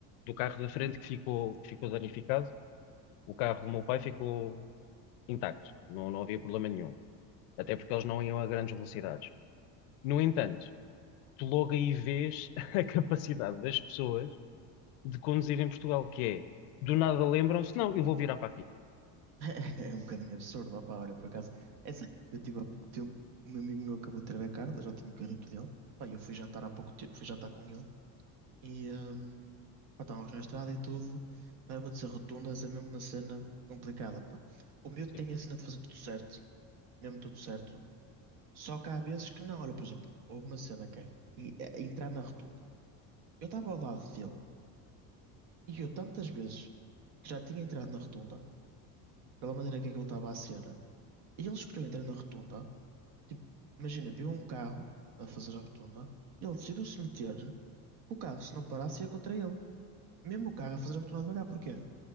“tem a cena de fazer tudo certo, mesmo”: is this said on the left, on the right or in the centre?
Right